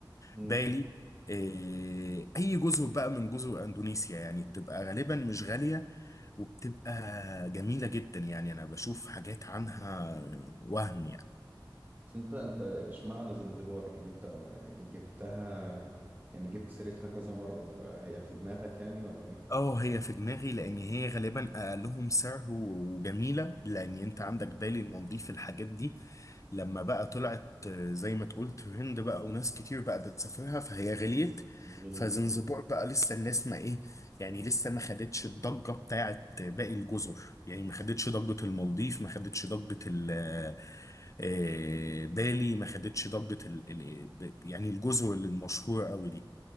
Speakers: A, on the right; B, on the left.
A: مم.
B: بالي إيه، اي جزر بقى من جزر اندونيسيا يعني بتبقى غالبا مش غالية وبتبقى جميلة جدا يعني انا بشوف حاجات عنها وهم يعني
A: بس انت انت اشمعنى زنزبار يعني انت جبتها يعني جبت سيرتها كذا مرة فهي في دماغك يعني ولا ايه؟
B: اه هي في دماغي لان هي غالبا اقلهم سعر و- وجميله لان انت
A: مم.
B: عندك بالي المالديف الحاجات دي لما بقى طلعت آه، زي ما تقول ترند بقى وناس كتير بقى بتسافرها فهي غليت
A: غليت
B: فزنزبور
A: أوي
B: بقى لسه الناس ما ايه يعني لسه ما خدتش الضجه بتاعت باقي الجزر يعني ما خدتش ضجه المالديف ما خدتش ضجه ال آه، آه، بالي ما خدتش ضجه ال ال- يعني الجزر اللي المشهوره قوي دي